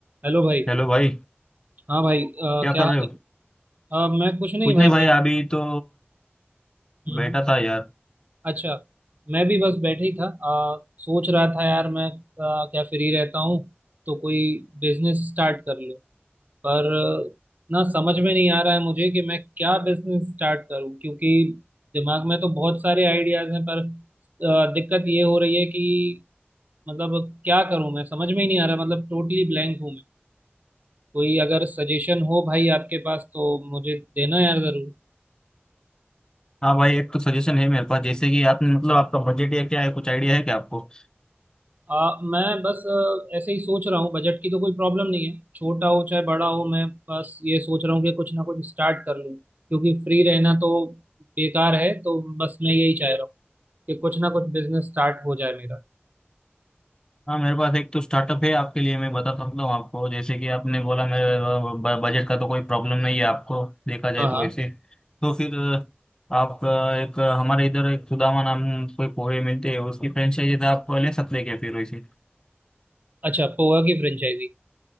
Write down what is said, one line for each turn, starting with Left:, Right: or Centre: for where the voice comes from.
Right: Hello भाई
Left: Hello भाई
Right: हाँ भाई अ,
Left: क्या
Right: क्या
Left: कर
Right: हाल
Left: रहे हो
Right: है अ, मैं कुछ नहीं
Left: कुछ
Right: भाई
Left: नहीं भाई
Right: बैठ
Left: अभी तो
Right: हम्म,
Left: बैठा
Right: हम्म।
Left: था यार
Right: अच्छा मैं भी बस बैठे ही था अ, सोच रहा था यार मैं अ, क्या फ्री रहता हूँ तो कोई बिजनेस स्टार्ट कर लूँ पर अ, ना समझ में नहीं आ रहा है मुझे कि मैं क्या बिजनेस स्टार्ट करूँ क्योंकि दिमाग में तो बहुत सारे आइडियाज हैं पर अ, दिक्कत ये हो रही है कि मतलब क्या करूँ मैं समझ में ही नहीं आ रहा मतलब टोटली ब्लैंक हूँ मैं कोई अगर सजेशन हो भाई आपके पास तो मुझे देना यार जरूर
Left: हाँ भाई एक तो सजेशन है मेरे पास जैसे कि आपने मतलब आपका बजट या क्या है कुछ आइडिया है क्या आपको
Right: आ, मैं बस आ, ऐसे ही सोच रहा हूँ बजट की तो कोई प्रॉब्लम नहीं है छोटा हो चाहे बड़ा हो मैं बस ये सोच रहा हूँ कि कुछ ना कुछ स्टार्ट कर लूँ क्योंकि फ्री रहना तो बेकार है तो बस मैं यही चाह रहा हूँ कि कुछ ना कुछ बिजनेस स्टार्ट हो जाए मेरा
Left: हाँ मेरे पास एक तो स्टार्टअप है आपके लिए मैं बता सकता हूँ आपको जैसे कि आपने बोला मेरे बजट का तो कोई प्रॉब्लम नहीं है आपको देखा जाए
Right: हाँ
Left: तो
Right: हाँ
Left: वैसे तो फिर अ, आप अ, एक अ, हमारे इधर एक सुदामा नाम कोई पोहे मिलते हैं उसकी फ्रेंचाइजी आप ले सकते हैं क्या फिर वैसे
Right: अच्छा पोहा की फ्रेंचाइजी